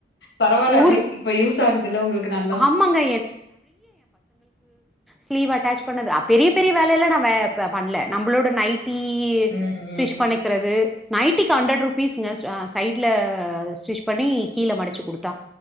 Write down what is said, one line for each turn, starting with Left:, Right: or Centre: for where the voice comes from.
Left: பரவாயில்ல
Centre: ஊரு
Left: அட்லீஸ்ட் இப்ப யூஸ் ஆகுதுல்ல உங்களுக்கு நல்லா
Centre: ஆமாங்க சிவு அட்டாச் பண்ணது அ பெரிய பெரிய வேலல்லா நா வே ப பண்ணல நம்பளோட நைட் டி
Left: ம்
Centre: ஸ்டிரிச்
Left: ம்
Centre: பண்ணிக்கிறது நைட்டுக்கு ஹண்ட்றடு ருபீஸ்ங்க ச சைட்ல சிட்டிரி பண்ணி கீழ மடிச்சி குடுத்தா